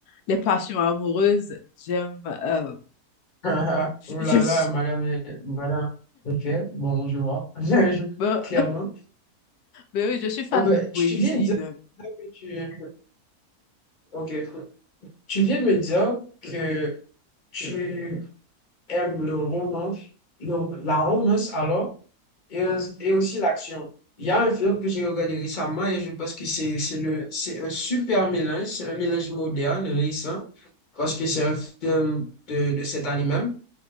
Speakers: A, on the left; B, on the left.
A: les passions amoureuses. J'aime, euh,
B: <laughs> Ah, ah,
A: je,
B: Oh là
A: je suis,
B: là, madame, est- madame. Ok, bon, je vois. <laughs> Je- je-
A: <laughs> ben-
B: Clairement.
A: ben <laughs> oui, je suis fan
B: Euh, ben,
A: de poésie,
B: tu viens de dire
A: donc.
B: que tu... Ok. Tu viens de me dire que tu aimes le romance, le- la romance alors, et, aus- et aussi l'action. Il y a un film que j'ai regardé récemment et je pense que c'est c'est le, c'est un super mélange, c'est un mélange moderne, récent, parce que c'est un film de, de cette année même.